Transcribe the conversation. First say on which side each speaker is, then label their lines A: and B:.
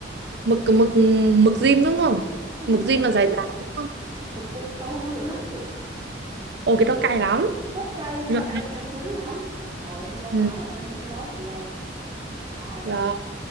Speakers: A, on the right; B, on the right.
A: mực mực mực diêm đúng không
B: cái
A: mực
B: gì mà
A: diêm
B: ben
A: mà dài dài đúng không
B: <laughs> mực bento rồi đó
A: Ôi cái đó cay lắm.
B: <laughs> rất cay nhưng
A: Ừ.
B: mà ăn ăn dính lắm trời ơi, đi qua Thái
A: Ừ,
B: là phải mua cái đó chị ơi rồi
A: Rồi.